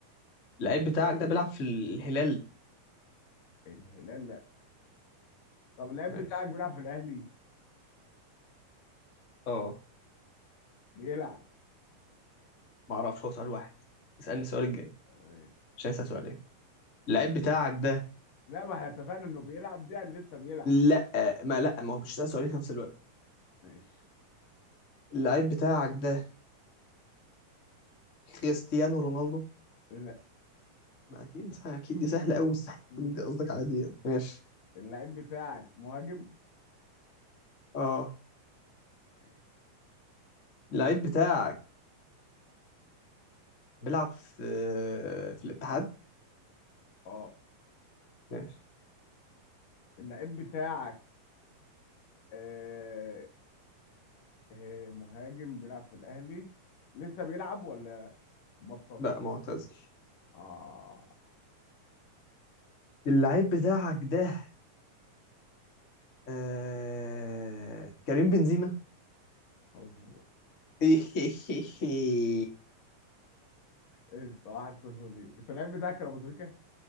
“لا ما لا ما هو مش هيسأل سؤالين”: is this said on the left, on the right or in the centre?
Left